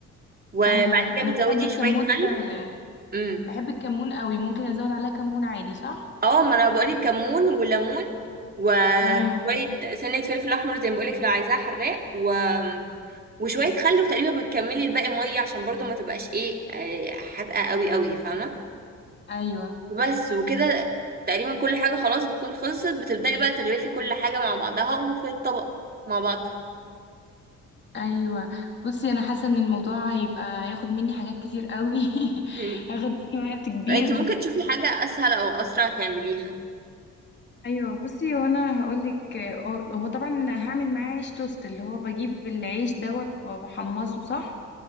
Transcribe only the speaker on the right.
وبعد
كده بتزودي
شوية خل
امم
اه ما انا بقولك كمون وليمون مم. وشوية
سنة فلفل احمر زي ما بقولك لو عايزاها حراق و... وشوية خل وتقريبا بتكملي الباقي مية عشان برضو ما تبقاش ايه آه، حادقة قوي قوي فاهمة
وبس وكده تقريبا كل حاجة خلاص بتكون خلصت بتبدأي بقى تغرفي كل حاجة مع بعضها وفي الطبق مع بعض
مم.
انت ممكن تشوفي حاجة اسهل او اسرع تعمليها